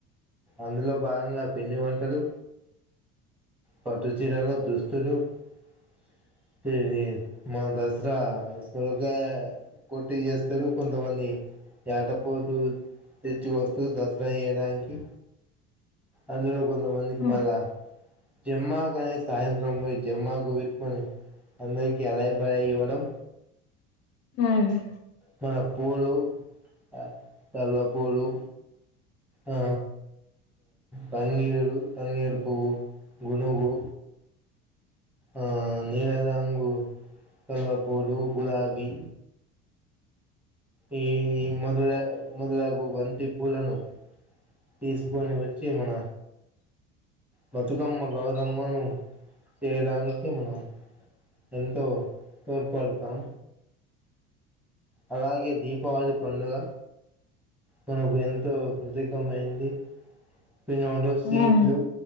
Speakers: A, in the centre; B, on the left (about 55°).
A: అందులో భాగంగా పిండి వంటలు పట్టుచీరలు దుస్తులు <unintelligible> మా దసరా సురగా కొట్టి చేస్తారు కొంతమంది యాట పోతూ తెచ్చి కోస్తారు దసరా చెయ్యడానికి అందులో కొంతమందికి
B: ఉమ్
A: మళ్ళా జమ్మాకనే సాయంత్రం పోయి జమ్మాకు పెట్టుకొని అందరికి అదై పనే ఇవ్వడం
B: ఉమ్
A: మన పూలు ఆ కలువ పూలు ఆ తంగేడు తంగేడు పువ్వు గునగు ఆ నీల రంగు కల్వపూలు గులాబీ ఈ ఈ మొదల మొదలగువంటి పూలను తీసుకొని వచ్చి మన బతుకమ్మ గౌరమ్మను చేయడానికి మన ఎంతో తోర్పు పడతాం అలాగే దీపావళి పండుగ మనకు ఎంతో ప్రతీకం అయింది పిన్నోడు సీట్లు
B: ఉమ్